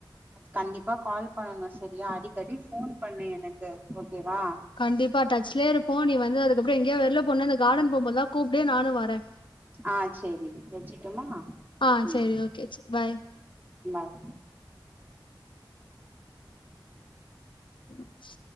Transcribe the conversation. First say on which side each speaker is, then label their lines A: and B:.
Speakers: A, on the right; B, on the left.
A: கண்டிப்பா கால் பண்ணணும் சரியா அடிக்கடி ஃபோன் பண்ணு எனக்கு ஓகேவா
B: கண்டிப்பா டச்லே இருப்போ நீ வந்து அதுக்கப்றோம் எங்யா வெளில போன்னா அந்த கார்டன் போம் போதுலா கூப்டு நானு வர்ற
A: ஆ செரிடி வெச்சுட்டுமா
B: ஆ
A: ம்
B: சேரி ஓகே பாய்
A: பாய்
B: உம்